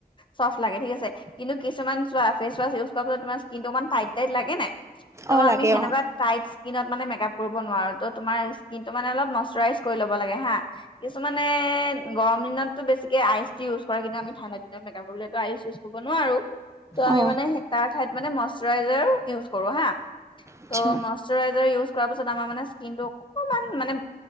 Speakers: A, on the left; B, on the right.
A: চফ্ট লাগে ঠিক আছে কিন্তু কিছুমান চোৱা ফেচৱাচ ইউজ কৰাৰ পিছত তোমাৰ স্কিনটো অকণ মন টাইট-টাইট লাগে নাই? ত'
B: অ
A: আমি
B: লাগে
A: হেনেকোৱা
B: অ
A: তাই স্কিনত মানে মেকআপ কৰিব নো তো তোমাৰ স্কিনটো মানে অলপ নষ্ট ই কৰি ল'ব লাগে হা কিছুমানে গৰম দিনতটো বেছিকে আইচ ইউজ কৰে কিন্তু আমি ঠাণ্ডা দিনত মেকপ কৰিবো আইচ ইউজ কৰিব নোৱাৰো। ত' আমি
B: অ
A: মানে তাৰ ঠাইত মানে মইশ্বাৰইজাৰ ইউজ কৰো হা। ত',
B: আচ্ছা
A: মাষ্টাৰ ৰাজ ইউজ কৰ পিছত আমাৰ মানে স্কিননটো অকণমান মানে?